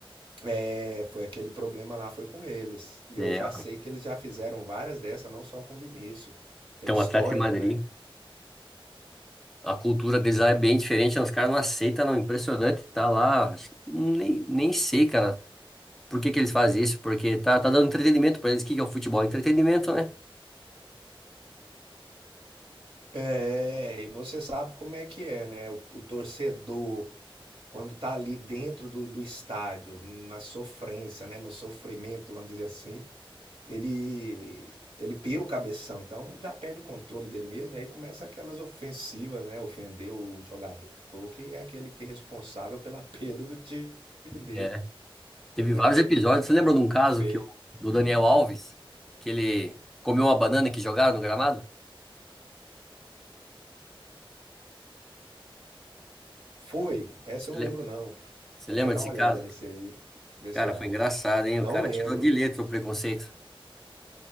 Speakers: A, on the right (about 70°); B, in the centre.
A: É, foi aquele problema lá, foi com eles. E
B: É,
A: eu já sei que eles já fizeram várias dessas, não só com o Vinícius. Tem
B: então
A: histórico,
B: o Atlético de Madrid.
A: né?
B: A cultura deles lá é bem diferente, né? os caras não aceitam, não. Impressionante, tá lá. acho que- Nem, nem sei, cara, por que que eles fazem isso, porque tá, tá dando entretenimento pra eles. O que que é o futebol? Entretenimento, né?
A: É, e você sabe como é que é, né? O, o torcedor quando tá ali dentro do, do estádio, na sofrência, né, no sofrimento, vamos dizer assim, ele ele pira o cabeção, então já perde o controle dele mesmo, e aí começa aquelas ofensivas, né, ofender o jogador, que é aquele que é responsável pela <laughs> perda do time dele,
B: É. Teve
A: né,
B: vários
A: bem
B: episódios. Você lembra de um caso
A: feito.
B: que, o- do Daniel Alves, que ele comeu uma banana que jogaram no gramado?
A: Foi, essa
B: Você
A: eu
B: lembra?
A: não lembro não,
B: Você
A: vou
B: lembra
A: até dar
B: desse
A: uma olhada
B: caso?
A: nesse aí, ver
B: Cara,
A: se eu
B: foi
A: acho.
B: engraçado, hein?
A: Não
B: O cara
A: lembro.
B: tirou de letra o preconceito.